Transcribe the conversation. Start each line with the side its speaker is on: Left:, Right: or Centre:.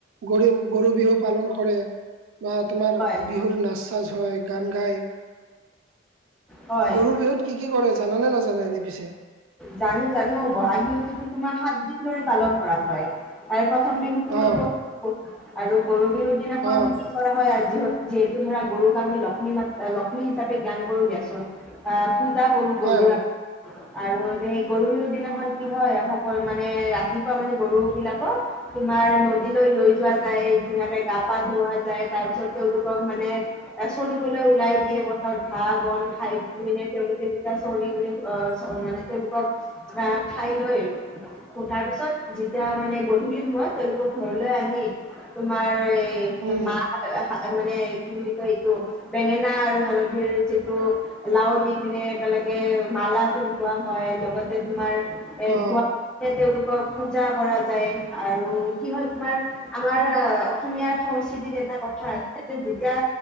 Right: গৰি গৰু বিহু পালন কৰে বা তোমাৰ
Centre: হয়
Right: বিহুৰ নাচ চাজ হয় গান গায়
Centre: হয়
Right: গৰু বিহুত কি কি কৰে জানানে নাজানে এনে পিছে?
Centre: জানো জানো বহাগ বিহুততো তোমাৰ সাত দিন ধৰি পালন কৰা হয় আৰু প্ৰথম বিহুটো হ'ল
Right: অ
Centre: গৰু বিহু আৰু গৰু বিহুৰ দিনাখন
Right: অ
Centre: কৰা হয় আৰু যিহ যিহেতু ধৰা গৰুক আমি লক্ষ্মী মাত লক্ষ্মী হিচাপে জ্ঞান কৰো দিয়াচোন। আ পূজা কৰো
Right: হয়
Centre: গৰুৰ
Right: হয়
Centre: আৰু সেই গৰু বিহু দিনাখন কি হয় সকল মানে ৰাতিপুৱা মানে গৰু বিলাকক তোমাৰ নদীলৈ লৈ যোৱা যায় ধুনীয়াকে গা পা ধুৱা যায় তাৰ পিছত তেওঁলোকক মানে এ চৰিবলৈ ওলাই দিয়ে পথাৰত ঘাঁহ বন খাই পিনে তেওঁলোকে চৰিবলৈ আ চৰ মানে তেওঁলোকক ঘাঁহ খাই লৈ আৰু তাৰ পিছত যেতিয়া মানে গধূলি সময়ত তেওঁলোকক ঘৰলৈ আনি তোমাৰ এই
Right: উম
Centre: মাহ হা আ মানে কি বুলি কয় এইটো বেঙেনা আৰু হালধিৰ যিটো লাওৰ দি পিনে একেলগে মালা ধোৱা হয় লগতে তোমাৰ এ
Right: অ
Centre: ধোৱা তে তেওঁলোকক পূজা কৰা যায় আৰু কি হয় তোমাৰ আমাৰ আ অসমীয়া সংস্কৃতিত এটা কথা আছে যে যেতিয়া